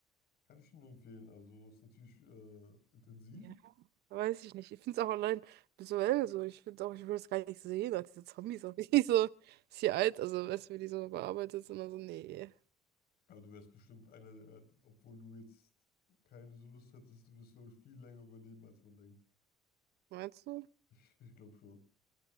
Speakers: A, on the left; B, on the right.
A: kann ich nur empfehlen. Also, es ist natürlich äh, intensiv,
B: Ja, weiß ich nicht. Ich finde es auch allein visuell so. Ich finde auch, ich würde es gar nicht sehen, als diese Zombies auch wie <laughs> so ist hier alt, also weißt du, wie die so bearbeitet sind. Also, nee.
A: aber du wärst bestimmt einer der, obwohl du jetzt keine so Lust hättest, du wirst, glaube ich, viel länger überleben, als man denkt.
B: Meinst du?
A: <laughs> Ich ich glaube schon.